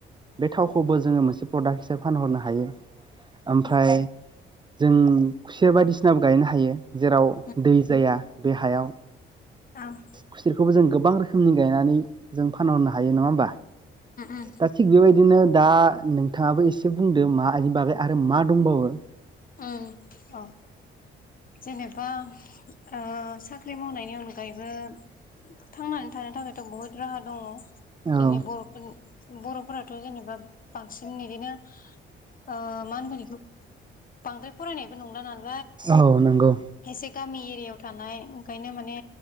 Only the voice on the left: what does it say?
उम
औ
उम
उम
उम औ जेनेबा ओ साख्रि मावनायनि अनगायैबो थांनानै थानो थाखायथ बहुद राहा दङ
जोंनि बरफोरनि बर'फोराथ जेनेबा बांसिन बिदिनो ओ मा होनगोन इखौ बांद्राय फरायनायबो नंला नालाय
एसे गामि एरियायाव थानाय ओंखायनो माने